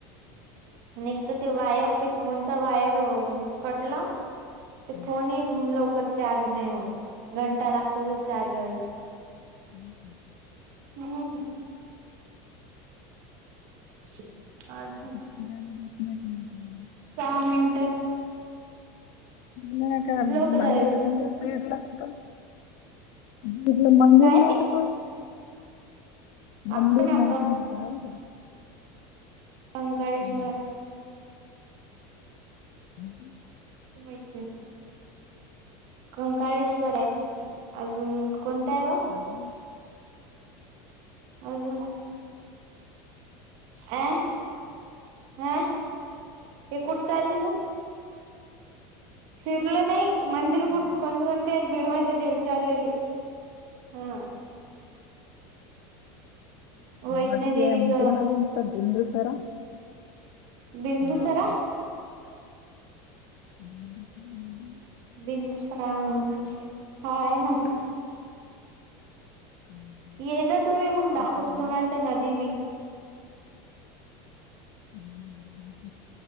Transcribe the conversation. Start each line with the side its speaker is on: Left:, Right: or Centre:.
Right: आणि एक तर ते वायर ते फोनचा वायर ओ कटला.
Left: हम्म.
Right: ते फोन एक लवकर चार्ज नाही होतं. घंटा लागत तेला चार्ज व्हायला.
Left: <unintelligible>
Right: हम्म. <inaudible> अजून
Left: <unintelligible>
Right: सहा मिनटं
Left: नाही काय
Right: लोक झाले
Left: मंदिर बिंदिर बीडला कुठं? तिकडं मंदिर
Right: काय?
Left: नाही का गं?
Right: आहे
Left: मंदिर
Right: ना
Left: नाही का, आहे का?
Right: व्यंकटेश्वर
Left: हम्म. <unintelligible>
Right: माहिती कंकाळेश्वर आहे अजून कोणत आहे ओ
Left: हम्म
Right: अजून अ, अ हे कुठे चालली तू फिरलं नाही मंदिर
Left: हम्म.
Right: कोण कोणते आहेत बीड म दे चारवेली हा वैष्णोदेवीच
Left: मध्ये म्हणज नाज बिंदुसरा
Right: बिंदुसरा
Left: हो. हम् ह्
Right: बिदुसरा हा आहे ना
Left: हम्म.
Right: येता तुम्ही मग दाखवता
Left: हम्म.
Right: तुम्हाला ते नदी मी
Left: हम्